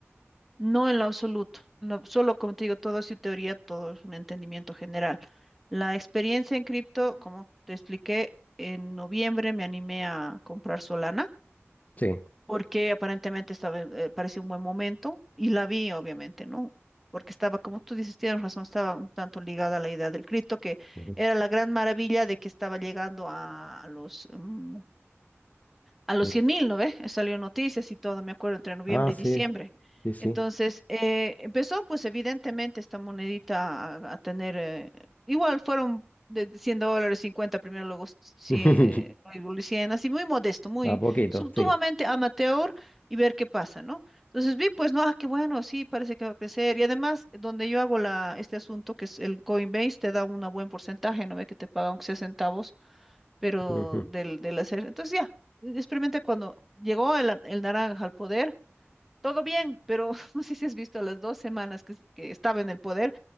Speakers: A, in the centre; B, on the left (about 35°).
A: No en lo absoluto. no- solo como te digo, todo es su teoría, todo es un entendimiento general. La experiencia en cripto, como te expliqué, en noviembre me animé a comprar Solana.
B: Sí.
A: porque aparentemente estaba, eh, parecía un buen momento y la vi, obviamente, ¿no? Porque estaba, como tú dices, tienes razón, estaba un tanto ligada a la idea del Cristo, que
B: Ujú.
A: era la gran maravilla de que estaba llegando a, a los mm, a los
B: Ujú.
A: 100 mil, ¿no ve? Salió noticias y todo, me acuerdo, entre noviembre
B: Ah, sí,
A: y diciembre.
B: sí, sí.
A: Entonces, eh, empezó, pues, evidentemente, esta monedita a, a tener, eh, igual fueron de 100 dólares, 50 primero, luego cien
B: <laughs>
A: luego así muy modesto, muy
B: A poquito,
A: sumamente
B: sí.
A: amateur y ver qué pasa, ¿no? Entonces vi, pues, no, ah, qué bueno, sí, parece que va a crecer. Y además, donde yo hago la, este asunto, que es el Coinbase, te da un buen porcentaje, ¿no ve? Que te paga aunque sea centavos pero
B: Ujú.
A: del, del hacer. Entonces ya, experimenté cuando llegó el, el naranja al poder, todo bien, pero <laughs> no sé si has visto a las dos semanas que, que estaba en el poder,